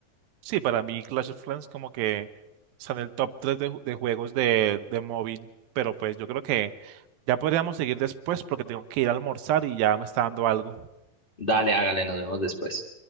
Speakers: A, on the right (about 85°); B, on the left (about 25°).
A: Sí, para mí Clash of Clans como que está en el top 3 de, ju- de juegos de, de móvil, pero pues yo creo que ya podríamos seguir después porque tengo que ir a almorzar y ya me está dando algo.
B: Dale, hágale, nos vemos después.